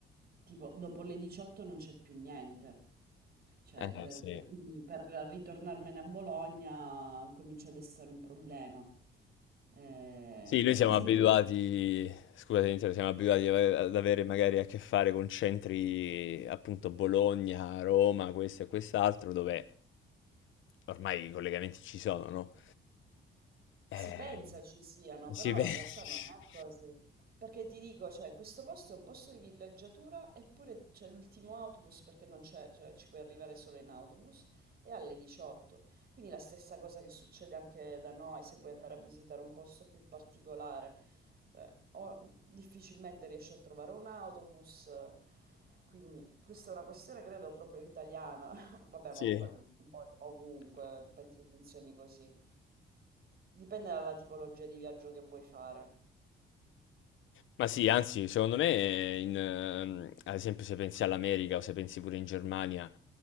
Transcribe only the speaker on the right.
tipo dopo le 18 non c'è più niente. Cioè,
eh, quindi per ritornarmene a Bologna comincia ad essere un problema. Eh,
e per
esempio
questo...
Si pensa ci siano,
però
in
realtà non è così. Perché ti dico, cioè, questo posto è un posto di villeggiatura, eppure c'è l'ultimo autobus perché non c'è, cioè, ci puoi arrivare solo in autobus, e alle 18. Quindi la stessa cosa che succede anche da noi se vuoi andare a visitare un posto più particolare. Cioè, o difficilmente riesci a trovare un autobus, quindi questa è una questione credo proprio italiana. <laughs> Vabbè,
ma poi un po' ovunque penso funzioni così. Dipende dalla tipologia di viaggio che vuoi fare.